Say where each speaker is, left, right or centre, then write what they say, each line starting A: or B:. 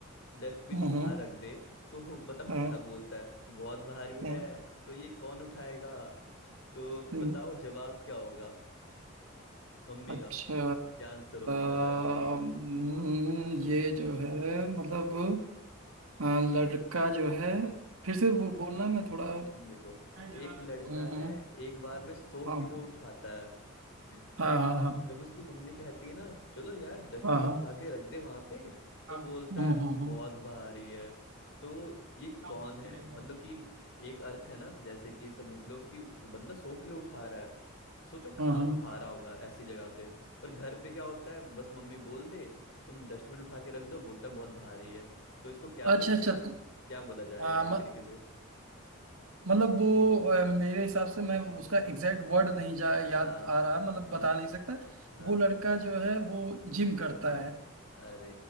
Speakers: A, on the left; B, on the right.
A: डस्टबिन
B: हम्म
A: बाहर
B: हम्म,
A: रख दे तो वो बताओ
B: हाँ
A: क्या बोलता है बहुत भारी है
B: हाँ,
A: तो ये कौन उठाएगा तो
B: हम्म,
A: बताओ जवाब क्या होगा मम्मी
B: अच्छा
A: का क्या आंसर होने वाला
B: हम्म,
A: है
B: ये जो है मतलब हाँ, लड़का जो है फिर से वो बोलना मैं
A: हम्म।
B: थोड़ा
A: देखो
B: हम्म
A: एक लड़का
B: हम्म
A: है एक बार में सौ
B: हाँ
A: किलो उठाता है
B: हाँ
A: फिर
B: हाँ हाँ
A: जब उसकी मम्मी कहती है ना चलो यार डस्टबिन
B: हाँ हाँ
A: उठा के रख दे वहां पे
B: हाँ
A: तो बोलता
B: हम्म
A: है
B: हम्म
A: बहुत
B: हम्म।
A: भारी है तो ये
B: हाँ,
A: कौन है
B: ये देखो
A: मतलब कि एक अर्थ है ना जैसे कि समझ लो कि वो बंदा सौ किलो उठा रहा है सोचो कहाँ
B: हाँ हाँ
A: उठा रहा होगा ऐसी जगह पे पर घर पे क्या होता है बस मम्मी बोल दे तुम डस्टबिन उठा के रख दो बोलता है बहुत भारी है तो इसको क्या बोलने
B: अच्छा अच्छा
A: क्या बोला जाएगा
B: आ,
A: एक
B: म,
A: तरीके से
B: मतलब वो अ, मेरे हिसाब से मैं उसका एग्जैक्ट वर्ड नहीं जा याद
A: हाँ
B: आ रहा है मतलब
A: हम्म
B: बता नहीं सकता
A: हाँ
B: वो लड़का जो है वो जिम करता है
A: अरे